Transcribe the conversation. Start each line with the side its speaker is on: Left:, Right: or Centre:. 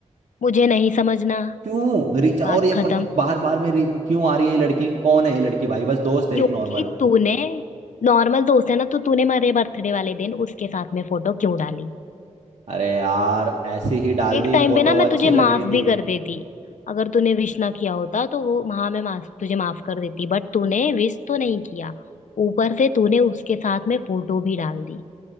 Left: मुझे नहीं समझना
Right: क्यों रिचा
Left: बात
Right: और ये
Left: खत्म
Right: पति बार बार में रि- क्यों आ रही है ये लड़की कौन है ये लड़की भाई बस दोस्त है
Left: क्योंकि
Right: एक नॉर्मल
Left: तूने नॉर्मल दोस्त है ना तो तूने मेरे बर्थडे वाले दिन उसके साथ में फोटो क्यों डाली
Right: अरे यार ऐसी ही डाल
Left: एक
Right: दी
Left: टाइम
Right: फोटो
Left: पे ना मैं
Right: अच्छी
Left: तुझे
Right: लग
Left: माफ
Right: रही थी
Left: भी कर देती अगर तूने विश ना किया होता तो वो हाँ मैं माफ तुझे माफ कर देती बट तूने विश तो नहीं किया ऊपर से तूने उसके साथ में फोटो भी डाल दी